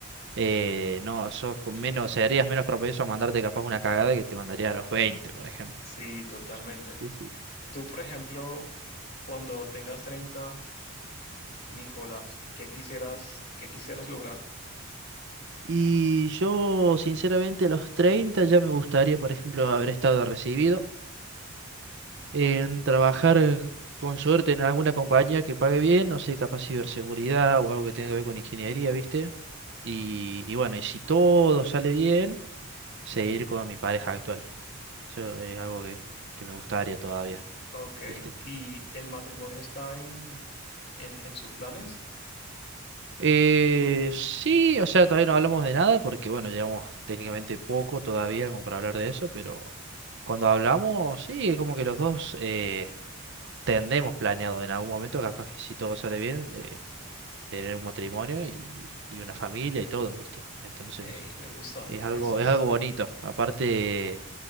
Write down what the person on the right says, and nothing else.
eh, no, sos con menos, serías menos propenso a mandarte capaz una cagada que te mandaría a los 20, por ejemplo.
Sí, sí.
Y yo, sinceramente, a los 30 ya me gustaría, por ejemplo, haber estado recibido. en trabajar con suerte en alguna compañía que pague bien, no sé, capaz ciberseguridad o algo que tenga que ver con ingeniería, ¿viste? Y, y bueno, y si todo sale bien, seguir con mi pareja actual. Eso es algo que, que me gustaría todavía,
¿viste?
Eh, sí, o sea, todavía no hablamos de nada porque, bueno, llevamos técnicamente poco todavía como para hablar de eso, pero cuando hablamos, sí, es como que los dos eh, tendremos planeado en algún momento, capaz que si todo sale bien, eh, tener un matrimonio y, y una familia y todo, ¿viste? Entonces,
es algo,
es algo bonito. Aparte,